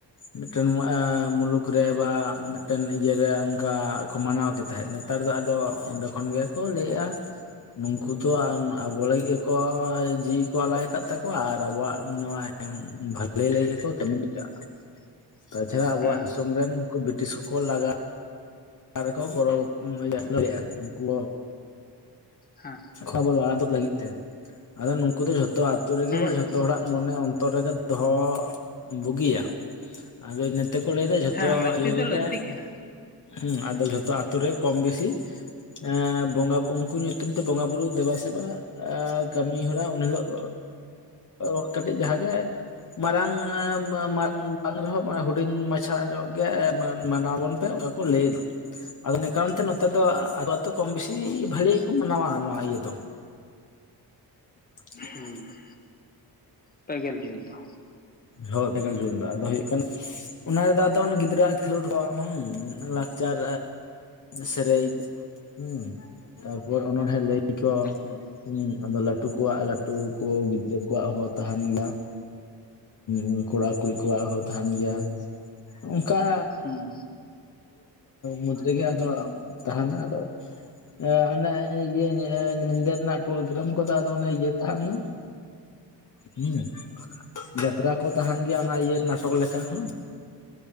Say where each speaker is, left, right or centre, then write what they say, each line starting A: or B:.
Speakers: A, on the left (about 45°); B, on the left (about 20°).
A: ᱢᱤᱫᱴᱮᱱ ᱮᱸ ᱢᱩᱞᱩᱠ ᱨᱮ ᱵᱟ ᱢᱤᱫᱴᱮᱱ ᱤᱭᱟᱹ ᱨᱮ ᱚᱱᱠᱟ ᱠᱚ ᱢᱟᱱᱟᱣᱠᱮ ᱛᱟᱦᱮᱸᱫ ᱱᱮᱛᱟᱨ ᱫᱚ ᱟᱫᱚ ᱚᱸᱰᱮ ᱠᱷᱚᱱ ᱜᱮᱠᱚ ᱞᱟᱹᱭᱮᱜᱼᱟ ᱱᱩᱝᱠᱩ ᱛᱚ ᱟᱵᱚ ᱞᱟᱹᱜᱤᱫ ᱜᱮᱠᱚ ᱡᱤᱣᱤ ᱠᱚ ᱟᱞᱟᱭ ᱠᱟᱫ ᱛᱟᱠᱚᱣᱟ ᱟᱨ ᱟᱵᱚᱣᱟᱜ ᱱᱚᱣᱟ ᱵᱷᱟᱹᱞᱮ ᱞᱟᱹᱜᱤᱫ ᱜᱮᱠᱚ ᱠᱟᱹᱢᱤ ᱠᱟᱜᱼᱟ
B: <inaudible>
A: ᱛᱟᱪᱷᱟᱲᱟ ᱟᱵᱚᱣᱟᱜ
B: ᱦᱮᱸ
A: ᱫᱤᱥᱚᱢ ᱨᱮᱱ ᱩᱱᱠᱩ ᱵᱨᱤᱴᱤᱥ ᱠᱚᱠᱚ ᱞᱟᱜᱟ <unintelligible> ᱩᱱᱠᱩ
B: ᱦᱮᱸ
A: ᱠᱷᱚᱵᱚᱨ ᱞᱟᱲᱟ ᱫᱳᱜ ᱞᱟᱹᱜᱤᱫ ᱛᱮ ᱟᱫᱚ ᱱᱩᱠᱩ ᱫᱚ ᱡᱷᱚᱛᱚ ᱟᱛᱳ ᱨᱮᱜᱮ
B: ᱦᱩᱸ
A: ᱵᱟ
B: ᱦᱩᱸ
A: ᱡᱷᱚᱛᱚ ᱦᱚᱲᱟᱜ ᱢᱚᱱᱮ ᱚᱱᱛᱚᱨ ᱨᱮᱜᱮ ᱫᱚᱦᱚ ᱵᱩᱜᱤᱭᱟ ᱟᱫᱚ ᱤᱱᱟᱹ ᱛᱮᱠᱚ ᱞᱟᱹᱭᱫᱟ ᱡᱷᱚᱛᱚ
B: ᱦᱮᱸ ᱞᱟᱹᱠᱛᱤ
A: ᱤᱭᱟᱹ
B: ᱫᱚ
A: ᱨᱮᱜᱮ
B: ᱞᱟᱹᱠᱛᱤᱜ ᱠᱟᱱᱟ
A: ᱦᱩᱸ ᱟᱫᱚ ᱡᱷᱚᱛᱚ ᱟᱛᱳ ᱨᱮ ᱠᱚᱢ ᱵᱮᱥᱤ ᱮ ᱵᱚᱸᱜᱟ ᱩᱱᱠᱩ ᱧᱩᱛᱩᱢ ᱛᱮ ᱵᱚᱸᱜᱟ ᱵᱩᱨᱩ ᱫᱮᱵᱟ ᱥᱮᱵᱟ ᱮᱸ ᱠᱟᱹᱢᱤ ᱦᱚᱨᱟ ᱩᱱ ᱦᱤᱞᱳᱜ ᱠᱟᱹᱴᱤᱡ ᱡᱟᱦᱟᱸ ᱜᱮ ᱢᱟᱨᱟᱝ ᱢᱟᱝᱟᱝ ᱨᱮᱦᱚᱸ ᱦᱩᱰᱤᱧ ᱢᱟᱪᱷᱟ ᱧᱚᱜ ᱜᱮ ᱢᱟᱱᱟᱣ ᱟᱵᱚᱱ? ᱚᱱᱠᱟ ᱠᱚ ᱞᱟᱹᱭ ᱮᱫᱟ ᱟᱫᱚ ᱱᱮ ᱠᱟᱨᱚᱱ ᱛᱮ ᱱᱚᱛᱮ ᱫᱚ ᱟᱹᱛᱩ ᱟᱛᱳ ᱠᱚᱢ ᱵᱮᱥᱤ ᱵᱷᱟᱹᱞᱮ ᱜᱮᱠᱚ ᱢᱟᱱᱟᱣᱟ ᱱᱚᱣᱟ ᱤᱭᱟᱹ ᱫᱚ <inaudible>
B: ᱦᱩᱸ ᱯᱮᱜᱮᱞ ᱡᱩᱱ ᱫᱚ
A: ᱦᱳᱭ ᱯᱮ ᱜᱮᱞ ᱡᱩᱱ ᱫᱚ ᱟᱫᱚ ᱦᱩᱭᱩᱜ ᱠᱟᱱᱟ᱾ ᱚᱱᱟ ᱨᱮᱫᱚ ᱟᱫᱚ ᱜᱤᱫᱽᱨᱟᱹ ᱟᱣᱟᱜ ᱠᱷᱮᱞᱳᱰ ᱠᱚ ᱦᱮᱸ ᱞᱟᱠᱪᱟᱨ ᱥᱮᱨᱮᱧ ᱦᱩᱸ, ᱛᱟᱨᱯᱚᱨ ᱚᱱᱚᱲᱮ ᱞᱟᱭ ᱠᱚ,
B: ᱦᱩᱸ᱾
A: ᱦᱮᱸ ᱟᱫᱚ ᱞᱟᱹᱴᱩ ᱠᱚᱣᱟᱜ ᱞᱟᱹᱴᱩ ᱠᱚ ᱜᱤᱫᱽᱨᱟᱹ ᱠᱚᱣᱟᱜ ᱦᱚᱸ ᱛᱟᱦᱮᱱ ᱜᱮᱭᱟ᱾ ᱦᱩᱸ ᱠᱚᱲᱟ- ᱠᱩᱲᱤ ᱠᱚᱣᱟᱜ ᱦᱚᱸ ᱛᱟᱦᱮᱱ ᱜᱮᱭᱟ᱾ ᱚᱱᱠᱟ
B: ᱦᱩᱸ
A: ᱢᱩᱫᱽ ᱨᱮᱜᱮ ᱟᱫᱚ ᱛᱟᱦᱮᱱᱟ᱾ ᱟᱫᱚ ᱮ ᱚᱱ ᱤᱭᱟᱹ ᱧᱤᱫᱟᱹ ᱨᱮᱱᱟᱜ ᱯᱨᱳᱜᱨᱟᱢ ᱠᱚᱫᱚ ᱟᱫᱚ ᱤᱭᱟᱹ ᱛᱟᱦᱮᱱᱟ᱾ ᱦᱮᱸ ᱡᱟᱛᱨᱟ ᱠᱚ ᱛᱟᱦᱮᱱ ᱜᱮᱭᱟ, ᱚᱱᱟ ᱤᱭᱟᱹ ᱱᱟᱴᱚᱠ ᱞᱮᱠᱟ ᱾